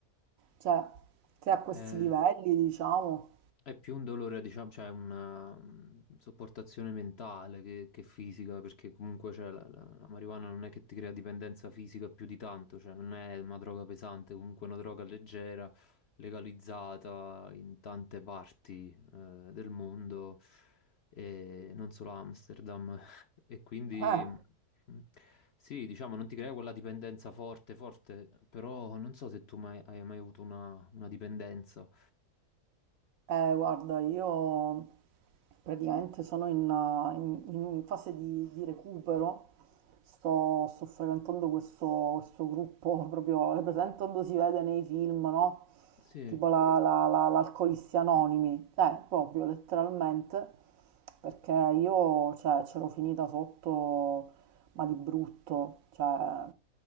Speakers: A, on the right (about 70°); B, on the left (about 60°).
A: Cioè, se a questi
B: Eh,
A: livelli, diciamo,
B: È più un dolore, diciamo, cioè una mm, sopportazione mentale che, che fisica, perché comunque cioè, la, la- la marijuana non è che ti crea dipendenza fisica più di tanto, cioè non è una droga pesante, comunque è una droga leggera, legalizzata in tante parti eh, del mondo, e non solo a Amsterdam. <laughs> E quindi
A: <laughs> eh,
B: mm, sì, diciamo, non ti crea quella dipendenza forte, forte, però non so se tu mai, hai mai avuto una una dipendenza.
A: eh, guarda, io praticamente sono in, in- in fase di, di recupero, sto, sto frequentando questo, questo gruppo, <laughs> proprio, è presente quando si vede nei film, no?
B: Sì,
A: Tipo la, la- la- l'Alcolisti Anonimi, eh, proprio letteralmente. perché io, cioè, c'ero finita sotto, ma di brutto, cioè,